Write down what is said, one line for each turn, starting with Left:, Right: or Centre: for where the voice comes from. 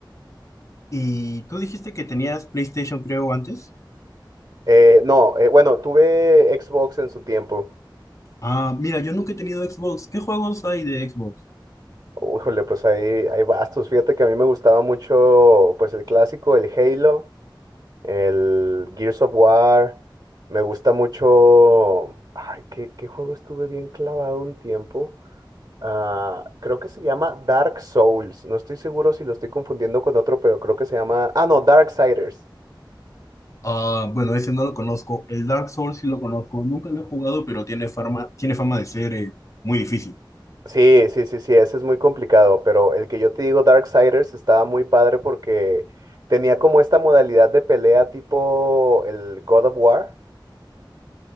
Left: Y tú dijiste que tenías PlayStation, creo, antes.
Right: Eh, no, eh, bueno, tuve Xbox en su tiempo.
Left: Ah, mira, yo nunca he tenido Xbox. ¿Qué juegos hay de Xbox?
Right: Híjole, pues ahí hay bastos. Fíjate que a mí me gustaba mucho, pues el clásico, el Halo. El Gears of War. Me gusta mucho. Ay, ¿qué, qué juego estuve bien clavado un tiempo? Ah, creo que se llama Dark Souls. No estoy seguro si lo estoy confundiendo con otro, pero creo que se llama. Ah, no, Darksiders.
Left: Ah, bueno, ese no lo conozco. El Dark Souls sí lo conozco. Nunca lo he jugado, pero tiene fama, tiene fama de ser eh, muy difícil.
Right: Sí, sí, sí, sí, ese es muy complicado, pero el que yo te digo, Darksiders, estaba muy padre porque tenía como esta modalidad de pelea tipo el God of War.